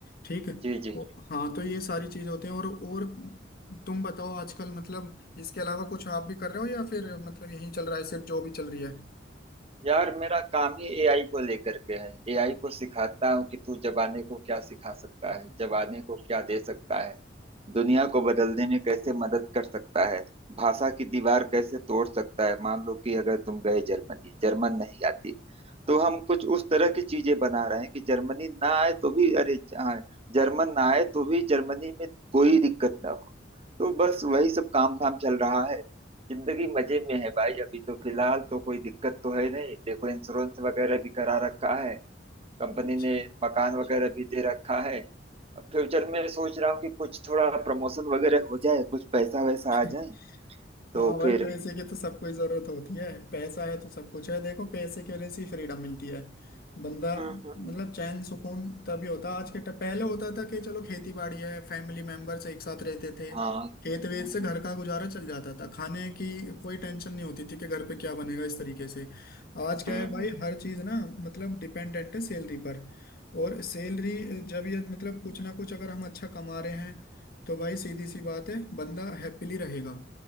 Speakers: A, on the left; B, on the right.
A: ठीक है, तो-
B: जी जी
A: हाँ तो ये सारी चीज़ होते हैं और और तुम बताओ आजकल मतलब इसके अलावा कुछ आप भी कर रहे हो या फिर मतलब यही चल रहा है सिर्फ जो भी चल रही है
B: यार मेरा काम ही एआई को लेकर के है एआई को सिखाता हूँ कि तू जबाने को क्या सिखा सकता है जबाने को क्या दे सकता है दुनिया को बदलने में कैसे मदद कर सकता है भाषा की दीवार कैसे तोड़ सकता है मान लो कि अगर तुम गए जर्मनी जर्मन नहीं आती तो हम कुछ उस तरह की चीजें बना रहे हैं कि जर्मनी ना आए तो भी अरे ज- हाँ, जर्मन ना आए तो भी जर्मनी में कोई दिक्कत ना हो तो बस वही सब काम धाम चल रहा है जिंदगी मजे में है भाई अभी तो फिलहाल तो कोई दिक्कत तो है नहीं देखो इंश्योरेंस वगैरह भी करा रखा है कंपनी
A: अच्छा
B: ने मकान वगैरह भी दे रखा है अब फ्यूचर में सोच रहा हूँ कि कुछ थोड़ा प्रमोशन वगैरह हो जाए कुछ पैसा वैसा
A: <laughs>
B: आ जाए तो
A: हाँ भाई
B: फिर
A: पैसे की तो सबको ही जरूरत होती है पैसा है तो सब कुछ है देखो पैसे के वजह से फ्रीडम मिलती है बंदा
B: हम्म हम्म
A: मतलब चैन सुकून तभी होता आज के ट- पहले होता था कि चलो खेती बाड़ी है फैमिली मेंबर्स एक साथ रहते थे
B: हाँ
A: खेत वेत
B: हम्म
A: से घर का गुजारा चल जाता था खाने की कोई टेंशन नहीं होती थी कि घर पे क्या बनेगा इस तरीके से आज क्या
B: हम्म
A: है
B: हम्म
A: भाई
B: हम्म,
A: हर चीज ना मतलब डिपेंडेंट है सैलरी पर और सैलरी जब ये मतलब कुछ ना कुछ अगर हम अच्छा कमा रहे हैं तो भाई सीधी सी बात है बंदा हैप्पीली रहेगा